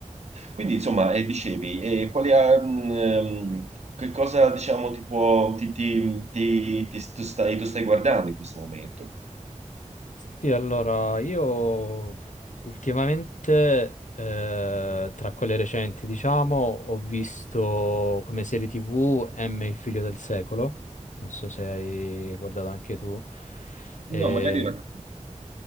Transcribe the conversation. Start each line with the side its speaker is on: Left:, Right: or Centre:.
Right: Quindi insomma, e dicevi, e quali ha- mh, ehm, che cosa diciamo ti può, ti, ti, ti, ti- tu stai, tu stai guardando in questo momento?
Left: Sì, allora, io ultimamente, eh, tra quelle recenti, diciamo, ho visto come serie TV M, il figlio del secolo. Non so se hai guardato anche tu. Eh,
Right: No, magari no.